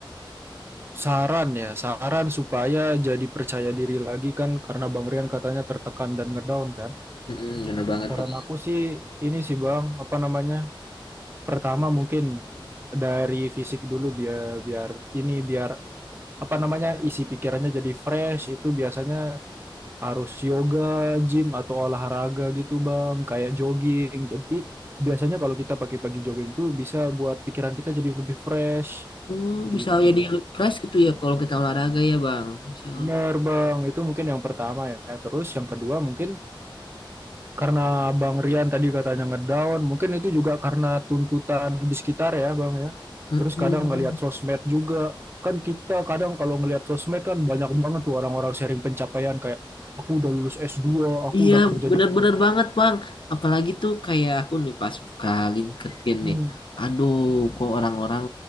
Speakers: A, on the right; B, on the left.
A: saran ya, saran supaya jadi percaya diri lagi kan karena Bang Rian katanya tertekan dan ngedown kan.
B: Mm-mm, bener banget
A: Saran
B: bang.
A: aku sih ini sih Bang, apa namanya? Pertama mungkin dari fisik dulu biar biar ini biar apa namanya isi pikirannya jadi fresh itu biasanya harus yoga, gym atau olahraga gitu Bang, kayak jogging. Jadi biasanya kalau kita pagi-pagi jogging tuh bisa buat pikiran kita jadi lebih fresh
B: Oh,
A: gitu.
B: bisa jadi fresh gitu ya kalau kita olahraga ya bang. Misal.
A: Benar Bang, itu mungkin yang pertama ya. Terus yang kedua mungkin karena Bang Rian tadi katanya ngedown, mungkin itu juga karena tuntutan di sekitar ya Bang ya.
B: Mm-mm.
A: Terus kadang ngelihat sosmed juga. Kan kita kadang kalau ngelihat sosmed kan banyak banget tuh orang-orang sharing pencapaian kayak aku udah lulus S2, aku
B: Iya,
A: udah kerja di
B: benar-benar banget, Bang. Apalagi tuh kayak aku nih pas buka LinkedIn
A: Hmm.
B: nih. Aduh, kok orang-orang